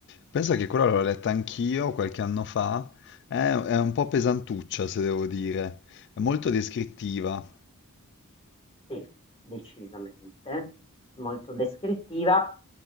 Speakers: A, on the left; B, on the left.
A: Pensa che quella l'ho letta anch'io qualche anno fa. È, è un po' pesantuccia, se devo dire. È molto descrittiva.
B: Sì, decisamente, molto descrittiva